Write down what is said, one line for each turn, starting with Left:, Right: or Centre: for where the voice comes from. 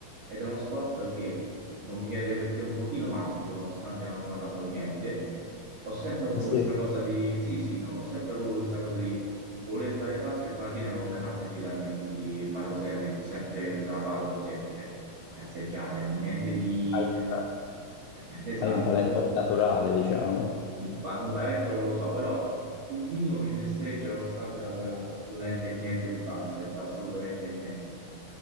Right: ed è uno sport che non mi chiedere perché un pochino mastico, nonostante non abbia mai fatto niente. Ho sempre avuto
Left: sì,
Right: questa cosa di sì, sì, non- ho sempre avuto questa cosa di voler fare basket, ma alla fine non l'ho mai fatto in vita mia, quindi farlo seriamente. Ho sempre preso la palla così, ecco, cioè cazzeggiare, non niente di
Left: hai un,
Right: <laughs> esatto,
Left: hai un talento
Right: però
Left: naturale, diciamo.
Right: ma mo talento non lo so, però un minimo mi ci destreggio nonostante non abbia mai fatto assolutamente niente di basket, assolutamente niente.